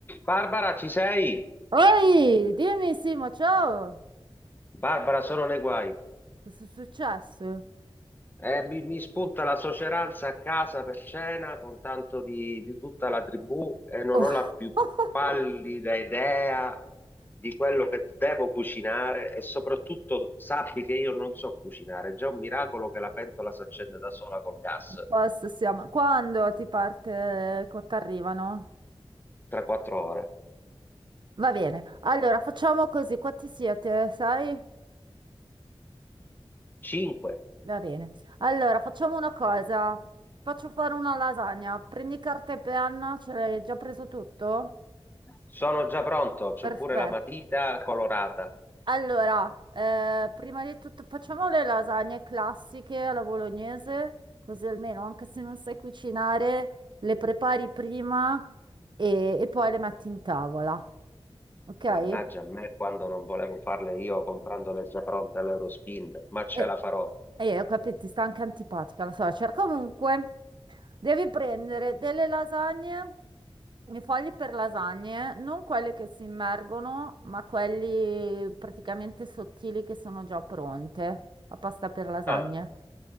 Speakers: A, on the left; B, on the right.
A: Barbara, ci sei?
B: Oi, dimmi Simo, ciao!
A: Barbara, sono nei guai.
B: Cosa è successo?
A: Eh, mi, mi spunta la soceranza a casa per cena con tanto di, di tutta la tribù e non
B: Oh.
A: ho la più
B: <laughs>
A: pallida idea di quello che devo cucinare e soprattutto sappi che io non so cucinare. È già un miracolo che la pentola si accende da sola col gas
B: A posto siamo. Quando ti parte, quando ti arrivano?
A: tra quattro ore.
B: Va bene, allora facciamo così, quanti siete, sai?
A: Cinque.
B: Va bene. Allora, facciamo una cosa. Faccio fare una lasagna. Prendi carta e penna, ce l'hai già preso tutto?
A: Sono già pronto, c'ho
B: Perfetto.
A: pure la matita colorata.
B: Allora, eh, prima di tutto facciamo le lasagne classiche alla bolognese, così almeno anche se non sai cucinare, le prepari prima e, e poi le metti in tavola. Ok?
A: Mannaggia a me quando non volevo farle io comprandole già pronte all'Eurospin, ma ce
B: E,
A: la farò.
B: e ho capito, ti sta anche antipatica la suocera. Comunque, devi prendere delle lasagne, i fogli per lasagne, non quelle che si immergono, ma quelli praticamente sottili che sono già pronte, la pasta per lasagne.
A: Ah,